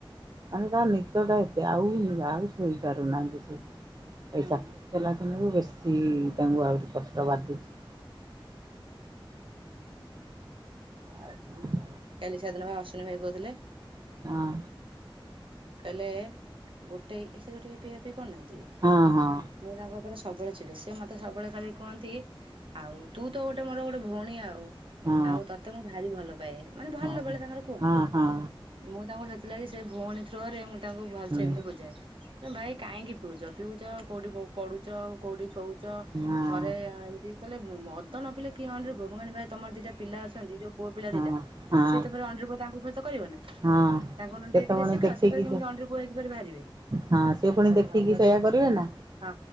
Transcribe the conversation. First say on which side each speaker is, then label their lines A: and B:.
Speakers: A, on the right; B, on the right.
A: ମାନେ ତାଙ୍କ ନିଦଟା ଏତେ ଆଉ ଆଉ ଶୋଇପାରୁନାହାନ୍ତି ସେ।
B: ହୁଁ
A: ଏଇ ଚାକିରି କଲା ଦିନରୁ ବେଶୀ ତାଙ୍କୁ ଆହୁରି କଷ୍ଟ ବାଧୁଛି। ଆଉ କଣ?
B: କାଲି ସେଦିନ ପା ଅସିନି ଭାଇ କହୁଥିଲେ।
A: ହଁ।
B: କହଲେ ଗୋଟେଇ ସେ ଯୋଉ ଟିକେ ପିଇଆ ପିଇ କରିନାହାନ୍ତି କି?
A: ହଁ ହଁ।
B: ମୁଁ ତାଙ୍କ ଉପରେ ସବୁବେଳେ ଚିଡେ ସିଏ ମତେ ସବୁବେଳେ ଖାଲି କୁହନ୍ତି ଆଉ ତୁ ତ ଗୋଟେ ମୋର ଗୋଟେ ଭଉଣୀ ଆଉ
A: ହଁ
B: ଆଉ ତତେ ମୁଁ ଭାରି ଭଲ ପାଏ। ମାନେ ଭଲ
A: ହଁ ହଁ
B: ବେଳେ ତାଙ୍କର କୁହନ୍ତି।
A: ହଁ ହଁ
B: ମୁଁ ତାଙ୍କୁ ସେଥିଲାଗି ସେଇ ଭଉଣୀ ଥ୍ରୁରେ ମୁଁ ତାଙ୍କୁ ଭଲସେ
A: ହୁଁ
B: ଏମିତି ବୁଝାଏ। ନା ଭାଇ କାହିଁକି ପିଉଛ ପିଉଛ କୋଉଠି ପଢୁଛ କୋଉଠି ସୋଉଛ
A: ହଁ
B: ଘରେ ଏମିତି କଲେ ମଦ ନ ପିଲଲେ କି ଅଣ୍ଡିରି ପୁଅ ପୁଅ ମାନେ ତମର ଦିଟା ପିଲା ଅଛନ୍ତି ଯୋଉ ପୁଅ ପିଲା
A: ହଁ
B: ଦିଟା
A: ହଁ
B: ସିଏ ତରେ ଅଣ୍ଡିରି ପୁଅ ତାଙ୍କୁ ଫ ତ କରିବ ନା।
A: ହଁ।
B: ତାଙ୍କ ଅଣ୍ଡ
A: ସେ ତ
B: ଟିକେ
A: ପୁଣି
B: ସିଖା
A: ଦେଖିକି
B: ସେପରେ କେମିତି
A: ଯେ
B: ଅଣ୍ଡିରୀ ପୁଅ ହେଇକିରି ବାହାରିବେ।
A: ହଁ ସେ ପୁଣି
B: ହେଠୁ
A: ଦେଖିକି
B: ଭାଇ କହିଲେ
A: ସେୟା କରିବେ ନା।
B: ହଁ